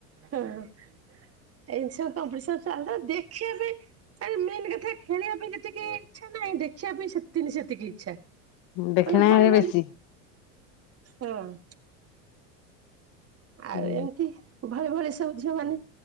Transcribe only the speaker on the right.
ହଁ ଏମିତି ସବୁ କମ୍ପିଟିସନ୍ ଚାଲେ ଦେଖିବା ପାଇଁ ଆ ମେନ୍ କଥା ଖେଳିବା ପାଇଁ ଯେତିକି ଇଛା ନାହିଁ ଦେଖିବା ପାଇଁ ସେତିି ସେତିକି ଇଚ୍ଛା।
ମାନେ ଭଳି ଭଳି
ହଁ। ଆଉ
ଏମିତି ଭଳି ଭଳି ସବୁ ଝିଅ ମାନ